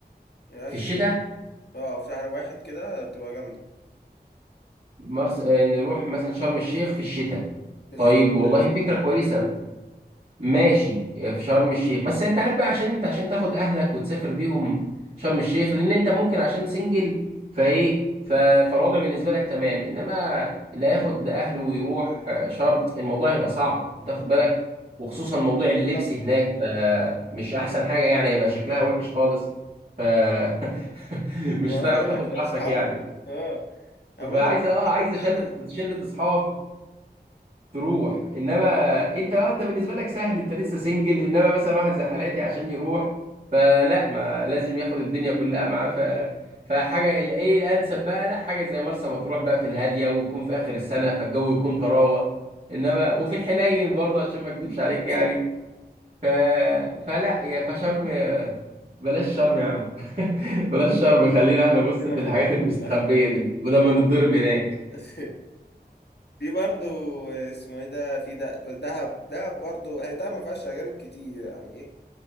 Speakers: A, on the left; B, on the right.
A: هي عايز
B: في الشتاء
A: الشتاء اه في شهر واحد كده تبقى جامدة
B: مرس... آه، نروح مثلا شرم الشيخ في الشتاء
A: بالظبط
B: طيب والله
A: شرم
B: فكره
A: الشيخ
B: كويسه ماشي آه، في شرم الشيخ بس انت عارف بقى عشان انت عشان تاخد اهلك وتسافر بيهم شرم الشيخ لان انت ممكن عشان سنجل فايه ف- فالوضع بالنسبه لك تمام انما اللي هياخد اهله ويروح آه، شرم الموضوع هيبقى صعب انت واخد بالك وخصوصا موضوع اللبس
A: طب
B: هناك فمش احسن حاجه يعني هيبقى شكلها وحش خالص ف <laughs> مش
A: ما
B: هتعرف
A: بقول
B: تاخد
A: لك لو
B: راحتك
A: اصحابي
B: يعني
A: اه أنا بقول
B: فعايزه
A: لك
B: اه
A: اصحابي
B: عايزه
A: كده
B: شله
A: تبقى
B: شله اصحاب تروح انما انت آه، انت بالنسبه لك سهل انت لسه سنجل انما مثلا واحد زي حالاتي عشان يروح فلا ما لازم ياخد الدنيا كلها معاه ف فحاجه الايه الانسب بقى لا حاجه زي مرسى مطروح بقى في الهاديه ويكون في اخر السنه فالجو يكون طراوه انما وفي الحنين برضه عشان ما اكذبش عليك
A: <laughs>
B: يعني ف فلا يا فشرم بلاش شرم يا عم <laughs> بلاش شرم خلينا احنا بص
A: خلينا
B: في
A: في
B: الحاجات
A: ال-
B: المستخبيه
A: اللي احنا
B: دي ولما
A: بتاع
B: نتضرب هناك
A: <laughs> في برضو اسمه ايه ده في ده دهب دهب برضو هي دهب ما فيهاش اجانب كتير يعني ايه